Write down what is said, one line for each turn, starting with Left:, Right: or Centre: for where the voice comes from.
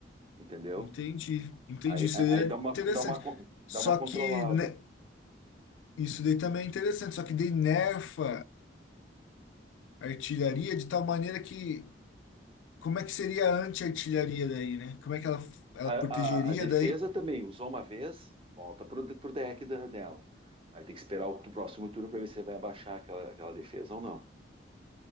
Right: Entendeu?
Left: Entendi, entendi.
Right: Aí,
Left: Isso
Right: aí
Left: aí é
Right: dá uma,
Left: interessante.
Right: dá uma,
Left: Só
Right: dá uma controlada.
Left: que, né, isso daí também é interessante, só que daí nerfa a artilharia de tal maneira que Como é que seria a anti-artilharia daí, né? Como é que ela, ela
Right: A,
Left: protegeria
Right: a- a defesa
Left: daí?
Right: também usou uma vez, volta pro, de- pro deck da- dela. Aí tem que esperar o, tu- próximo turno para ver se ele vai abaixar aquela, aquela defesa ou não.